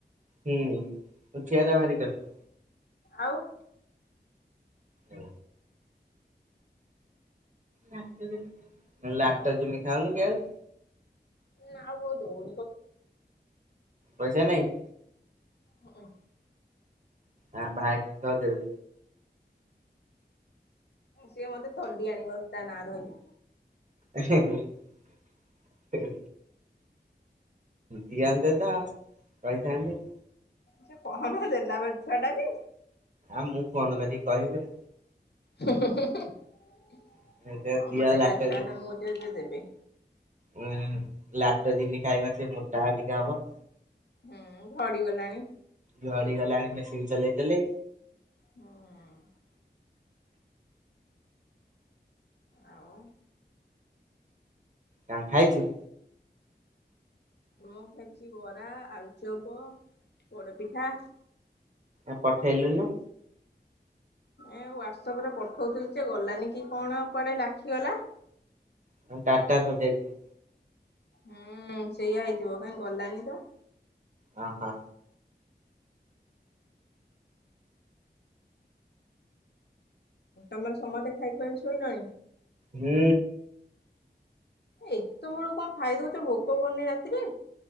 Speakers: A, on the right; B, on the left.
A: ହୁଁ ଉଠିବାଟା ଭାରି କଷ୍ଟ।
B: ଆଉ।
A: ଅଁ ଲାକ୍ଟୋଜିନି ଲାକ୍ଟୋଜିନି ଖାଉନି କି ଆଉ?
B: ନା ଆଉ ବୋଉ ଦୋଉ
A: ପଇସା ନାଇଁ?
B: ହଁ।
A: ହଁ ଭାଇ କି କହ ଦେବେ।
B: ସିଏ ମତେ ତଡ଼ି ଆଣିବ ତା ନାଆଁ ଧଇଲେ।
A: ହେହେ ହେହେ ଦିଅନ୍ତେ ତ କହିଥାନ୍ତେ।
B: ସେ କମ ଦେଲା ବେଲା ଛୁଆଟା କି।
A: ଆ ମୁଁ ଫୋନ କରିକି କହିବି।
B: ହୁଁହୁଁହୁଁ, ସେ
A: ଆଉ
B: କମ
A: ଦିଅ
B: ଦେଲା
A: ଲାକ୍ଟୋଜିନି
B: ଛୁଆଟା ନୁହଁ ଯେ ଦେବେ।
A: ଉଁ ଲାକ୍ଟୋଜିନ ଖାଉନ ସେ ମୋଟା ଟିକେ ହବ।
B: ହୁଁ ଝଡି ଗଲାଣି।
A: ଝଡି ଗଲାଣି ମେସିନ୍ ଚଲେଇ ଚଲେଇ।
B: ହୁଁ। ଆଉ
A: କଣ ଖାଇଛୁ?
B: ମୁଁ ଖାଇଛି ବରା, ଆଳୁଚପ, ପୋଡପିଠା।
A: ଆଉ ପଠେଇଲୁନୁ?
B: ଏ ହ୍ଵାଟ୍ସଆପରେ ପଠଉଥିଲି ଯେ ଗଲାନି କି କଣ କୁଆଡେ ଲାଖିଗଲା।
A: ତମ ଡାଟା ସରିଯାଇଥିବ।
B: ହୁଁ-ଉଁ-ଉଁ ସେଇଆ ହେଇଥିବ କାଇଁ ଗଲାନି ତ।
A: ହଁ-ହଁ।
B: ତମର ସମସ୍ତେ ଖାଇ ଖୁଆକି ଶୋଇଲଣି।
A: ହୁଁ।
B: ଏତେ ବେଳୁ କଣ ଖାଇଦଉଚ ଭୋକ କରୁନି ରାତିରେ?